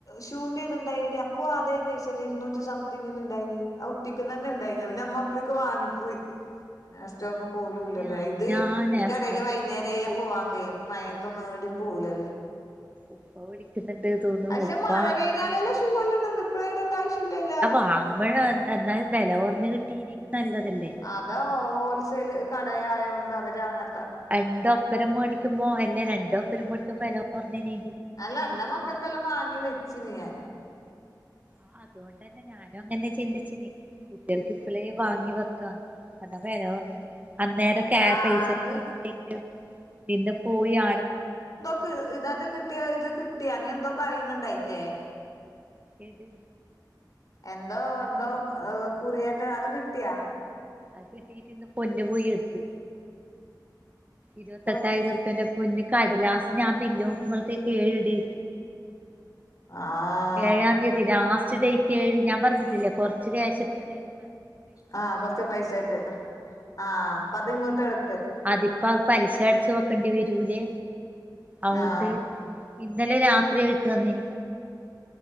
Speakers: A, on the left; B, on the right.
A: ഷൂന്റെ ഇതുണ്ടായിടി അപ്പോ അതേ പൈസേന് ഇരുന്നൂറ്റി സം ത്തിങ്ങനെ ഇണ്ടായിനി ആ ഒട്ടിക്ക്ന്ന തന്നെ ഇണ്ടായിനി അവന് അമ്മപ്പളേക്ക് വാങ്ങിപ്പോയി നെസ്റ്റോന്നും. പോലൂല്ല
B: അതെയാ
A: ല്ലേ ഇത്
B: ഞാൻ
A: ഈ
B: ആസ്റ്റോന്റെടുത്തൊന്നും
A: കടേൽ വൈകുന്നേരേ
B: പോയിട്ടില്ല
A: പോവാൻ കഴിയും മയത്തൊന്ന എടിം പോകൂല അവര്.
B: ഉപ്പ വിളിക്കുന്നുണ്ട്. തോന്നുന്നു
A: പക്ഷെ
B: ഉപ്പ
A: മഴ കഴിഞ്ഞാലേല്ല ഷൂ എല്ലാം ഇടണ്ട ഇപ്പളേ ഇടേണ്ട ആവശ്യല്ലല്ലോ?
B: <unintelligible> എന്നാൽ വെല കൊർഞ്ഞ്, കിട്ടീനേങ്കി നല്ലതല്ലേ?
A: അതോ ഹോൾസെയിൽ കടയായോണ്ട് അവര് അങ്ങ
B: രണ്ട് ഒപ്പരം മേടിക്കുമ്പോ അല്ലേ രണ്ടോപ്പരം മേടിക്കുമ്പോ വെല കൊറഞ്ഞിനി.
A: <unintelligible> മക്കക്കെല്ലാം വാങ്ങി വെച്ചിന് ഞാൻ.
B: ആ അതുകൊണ്ട് തന്നെ ഞാനും അങ്ങനെ ചിന്തിച്ചിന് കുട്ടികൾക്ക് ഇപ്പളേ വാങ്ങി വെക്കാ എന്നാ വെല അന്നേരക്കെ
A: ആഹ്
B: ആ പൈസ
A: അത്
B: കിട്ടിട്ടില്ലെങ്കില് പിന്നെ പോയി ആടെ
A: ക്ക് ഇതാറ്റം കിട്ടിയ ഇത് കിട്ടിയ നീ എന്തോ പറയുന്നുണ്ടായിറ്റേ
B: ഏത്
A: എന്തോ എന്തോ കുറിയേറ്റ അത് കിട്ടിയാ
B: അത് കിട്ടിട്ട് ഇന്ന് പൊന്ന് പോയി എടുത്ത് ഇരുപത്തെട്ടായിരം
A: പോ
B: ഉറുപേന്റെ പൊന്ന് കടലാസ് ഞാ ബില്ല് നോക്കുമ്പളത്തേക്ക് ഏഴ് ഡേറ്റ്
A: ആഹ്
B: ഏഴാം തീയതി ലാസ്റ്റ് ഡേറ്റ് ഏഴ് ഞാൻ പറഞ്ഞിട്ടില്ലേ കൊർച്ച് ക്യാഷ് ഇട്ടന്
A: ആ കൊർച്ച് പൈസായിട്ട് ആ അപ്പൊ അതിങ്ങോട്ട് എടുത്ത്
B: അതിപ്പോ പലിശ അടച്ചോക്കണ്ടി വെരൂലേ അവോണ്ട്
A: ആഹ്
B: ഇന്നലെ രാത്രി അഹ് ഇട്ട് തന്നിനി